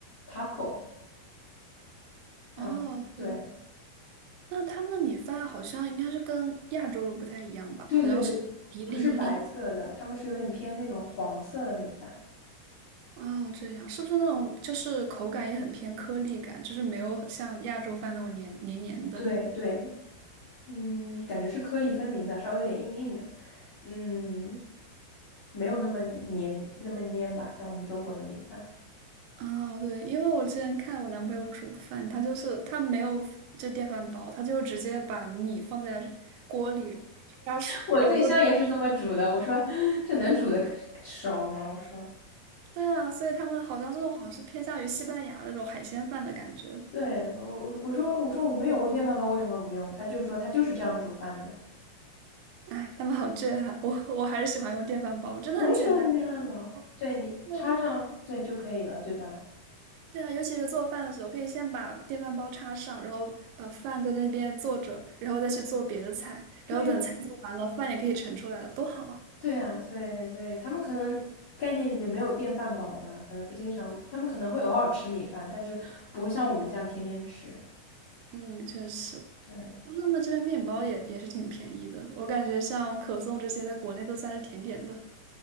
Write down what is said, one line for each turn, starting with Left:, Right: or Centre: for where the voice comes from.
Left: taco，然后对
Right: 哦，对。那他们的米饭好像应该是跟亚洲的不太一样吧？
Left: 对对对，
Right: 好像是一粒一粒。
Left: 不是白色的，他们是有点偏那种黄色的米饭。
Right: 哦，这样是不是那种就是口感也很偏颗粒感，就是没有像亚洲饭那种黏黏黏的？
Left: 对对，嗯，感觉是颗粒分明的，稍微有点硬硬的，嗯，没有那么黏那么粘吧，像我们中国的米饭。
Right: 哦，对，因为我之前看我男朋友煮饭，他就是他没有就电饭煲，他就直接把米放在锅里加水，
Left: 我对象也是这么煮的，
Right: 然后就蒸。
Left: 我说这能煮的熟吗？我说，
Right: 对啊，所以他们好像这种好像是偏向于西班牙那种海鲜饭的感觉。
Left: 对我我说我说我没有微电饭煲，为什么不用？他就说他就是这样煮饭的。
Right: 哎，他们好倔啊！我我还是喜欢用电饭煲，真的很简单。
Left: 我也喜欢用电饭煲，
Right: 对啊，
Left: 对你插上对就可以了，
Right: 对啊，
Left: 对吧？
Right: 对啊尤其是做饭的时候，可以先把电饭煲插上，然后把饭在那边做着，然后再去做别的菜，然后等菜做完了，
Left: 对呀、
Right: 饭也可以盛出来了，多好啊！
Left: 对啊，所以所以他们可能概念里面没有电饭煲吧，可能不经常，他们可能会偶尔吃米饭，但是不会像我们这样天天吃。
Right: 嗯，确实，
Left: 对
Right: 他们这边面包也也是挺便宜的，我感觉像可颂这些在国内都算是甜点的。